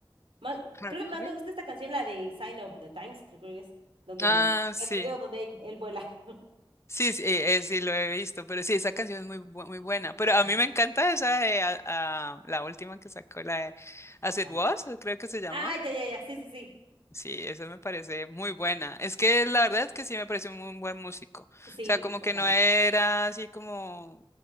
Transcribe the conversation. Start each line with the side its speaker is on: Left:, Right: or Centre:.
Right: Más,
Left: Har-
Right: creo que más
Left: Harry
Right: me gusta esta canción, la de Sign of the Times, creo que es. Donde,
Left: Ah,
Right: en
Left: sí.
Right: el video donde él, él vuela. <laughs>
Left: Sí, sí, eh, eh, sí, lo he visto, pero sí, esa canción es muy, bu- muy buena. Pero
Right: Ajá.
Left: a mí me encanta esa de a- a- la última que sacó, la de As
Right: Bueno.
Left: It Was, creo que se llamó.
Right: Ah, ya, ya, ya. Sí, sí, sí.
Left: Sí, esa me parece muy buena. Es que la verdad es que sí me parece un muy buen músico. O
Right: Sí,
Left: sea, como
Right: un buen
Left: que
Right: cantante.
Left: no era
Right: <laughs>
Left: así como,